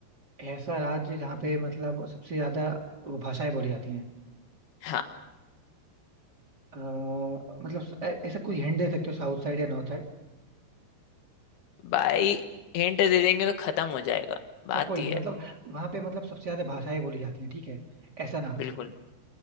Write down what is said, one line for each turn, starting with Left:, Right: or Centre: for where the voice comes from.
Right: ऐसा राज्य जहाँ पे मतलब सबसे ज्यादा वो भाषाएं बोली जाती हैं
Left: हाँ,
Right: अ, मतलब ऐ- ऐसा कोई हिंट दे सकते हो साउथ साइड या नॉर्थ
Left: भाई हिंट दे देंगे तो खत्म हो जाएगा
Right: अच्छा
Left: बात
Right: कोई
Left: ये
Right: नहीं मतलब
Left: है
Right: वहां पे मतलब सबसे ज्यादा भाषाएं बोली जाती हैं ठीक है ऐसा ना
Left: बिल्कुल